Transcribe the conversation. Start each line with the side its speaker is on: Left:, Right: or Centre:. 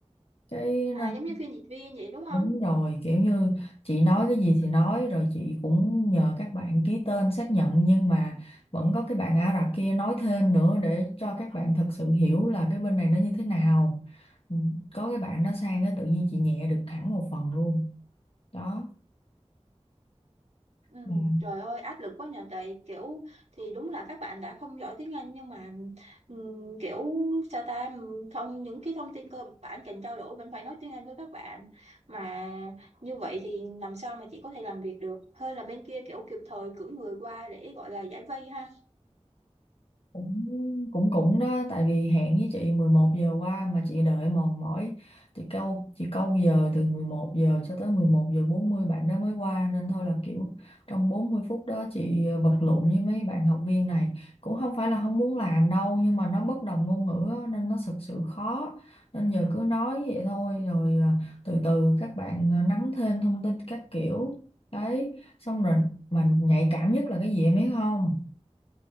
Left: cái
Right: à
Left: nên
Right: giống như phiên dịch viên vậy đúng không
Left: đúng rồi kiểu như chị nói cái gì thì nói rồi chị cũng nhờ các bạn ký tên xác nhận nhưng mà vẫn có cái bạn Ả Rập kia nói thêm nữa để cho các bạn thật sự hiểu là cái bên này nó như thế nào Ừ, có cái bạn đó sang cái tự nhiên chị nhẹ được hẳn một phần luôn đó
Right: Ừ,
Left: mà
Right: trời ơi áp lực quá nhờ tại kiểu thì đúng là các bạn đã không giỏi tiếng Anh nhưng mà ừm, kiểu sao ta ừm, thông những cái thông tin cơ bản cần trao đổi vẫn phải nói tiếng Anh với các bạn mà như vậy thì làm sao mà chị có thể làm việc được hơn là bên kia kiểu kịp thời cử người qua để gọi là giải vây ha
Left: cũng cũng cũng đó tại vì hẹn với chị 11 giờ qua mà chị đợi mòn mỏi thì câu chị câu giờ từ 11 giờ cho tới 11 giờ 40 bạn đó mới qua nên thôi là kiểu trong 40 phút đó chị ờ, vật lộn với mấy bạn học viên này cũng không phải là không muốn làm đâu nhưng mà nó bất đồng ngôn ngữ á, nên nó thực sự khó nên giờ cứ nói vậy thôi rồi à, từ từ các bạn à, nắm thêm thông tin các kiểu đấy xong rồi mà nhạy cảm nhất là cái gì em biết không